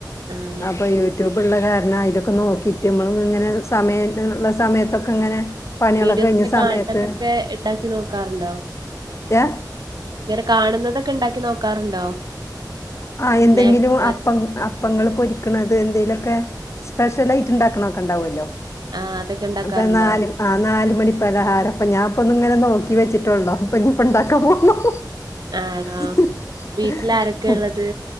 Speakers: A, on the right; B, on the left.
A: ആണോ
B: അപ്പൊ യൂട്യൂബ് ഉള്ള ക ന്നാ അതിലൊക്കെ നോക്കിട്ട നമ്മള് ഇങ്ങനെ സമയള്ള സമയത്തൊക്കെ ഇങ്ങനെ, പണികളൊക്കെ
A: വിഡിയോസിൽ
B: കഴിഞ്ഞ
A: കാണതൊക്കെ
B: സമയത്ത്
A: ഉണ്ടാക്കി നോക്കാറുണ്ടോ?
B: ഏ
A: <inaudible> കാണുന്നതൊക്കെ ഇണ്ടാക്കി നോക്കാറുണ്ടോ?
B: ആ എന്തെങ്കിലും
A: സ്നാക്സുകളൊക്കെ
B: അപ്പം അപ്പങ്ങൾ പൊ <inaudible> ണത് എന്തെലുമൊക്കെ സ്പെ്യൽ ആയിട്ട് ഇണ്ടാക്കണൊക്കെണ്ടാവുല്ലോ.
A: ആ അതൊക്കെ ഉണ്ടാക്കാറുണ്ടോ
B: അപ്പ നാല് ആ നാലും <unintelligible> മണിപ്പലഹാര അപ്പ ഞാൻപ്പൊ ഒന്ന് ഇങ്ങനെ നോക്കി വച്ചിട്ടുള്ളോ അപ്പൊ ഇീപ്പ ഉണ്ടാക്കാൻ പോണം.
A: ആണോ
B: <unintelligible>
A: വീട്ടിൽ ആരൊക്കെ ഉള്ളത്